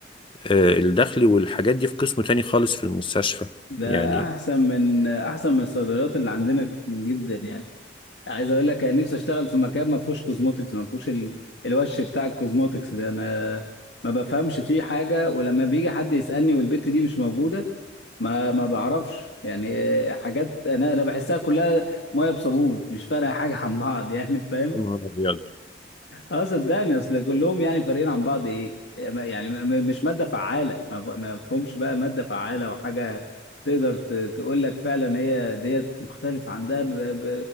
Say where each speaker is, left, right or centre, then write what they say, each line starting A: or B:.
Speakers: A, on the left; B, on the left.
A: آه، الداخلي والحاجات دي في قسم تاني خالص في المستشفى
B: ده
A: يعني
B: احسن من احسن من الصيدليات اللي عندنا جدا يعني عايز اقول لك انا نفسي اشتغل في مكان ما فيهوش كوزموتكس ما فيهوش ال... الوش بتاع الكوزموتكس ده انا ما بفهمش فيه حاجة ولما بيجي حد يسألني والبت دي مش موجودة ما ما بعرفش يعني آه، حاجات انا انا بحسها كلها ميه بصابون مش فارقه حاجه عن بعض يعني فاهم
A: يا نهار أبيض.
B: اه صدقني اصل كلهم يعني فارقين عن بعض ايه يعني م- م- مش ماده فعاله ما ف- ما فهمش بقى ماده فعاله وحاجه تقدر ت- تقول لك فعلا هي ديت مختلف عن ده ب... ب...